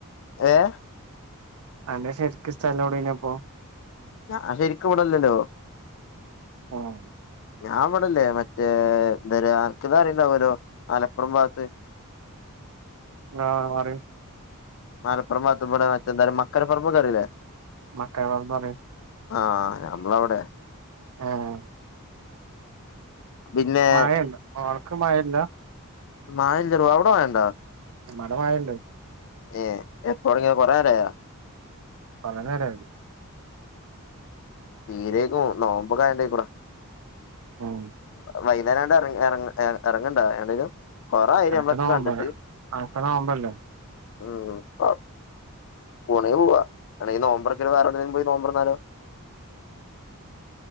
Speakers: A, on the left; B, on the right.
A: ഏഹ്
B: അന്റെ ശരിക്കും സ്ഥലോടേഞപോ?
A: ഞ അ ശരിക്കും ഇവടെല്ലല്ലോ
B: ആഹ്
A: ഞാൻ വിടെല്ലേ മറ്റേ എന്തര്യാ അൻക് താറിണ്ടാവലോ മലപ്പുറം ഭാഗത്ത്
B: ആഹ് അറിം
A: മലപ്പറം ബാത്ത് വടെ മറ്റെന്താര്യ മക്കരപ്പറമ്പൊകറിയില്ലേ?
B: മക്കരപർമ്പ് അറിം
A: ആഹ് നമ്മളവിടെ
B: ആഹ്
A: പിന്നെ
B: മഴല്ല ൾക്ക് മഴല്ല
A: മഴ ഇല്ല അവിട മഴ ഉണ്ടോ
B: ഇവടെ മഴയുണ്ട്
A: ഏ എപ്പോങ കൊറേറായോ
B: പല നേരംമായിത്
A: തീരേക്കും നോമ്പൊ കായക്കൂടാ
B: ആഹ
A: വൈകേരംണ്ട് ഇ ഇറ ഇറങ്ങണ്ടോ ലും കൊറായി
B: അനക്ക്
A: നമ്മളൊക്കെ
B: നോമ്പല്ലേ
A: കണ്ടിട്ട്
B: അനക്ക് നോമ്പല്ലേ
A: ഉ അ പോണേ പോവവാ അലക്കി ഈ നവംബറകൽ വേറെ എടെങ്കിലും പോയി നവംബർന്നലോ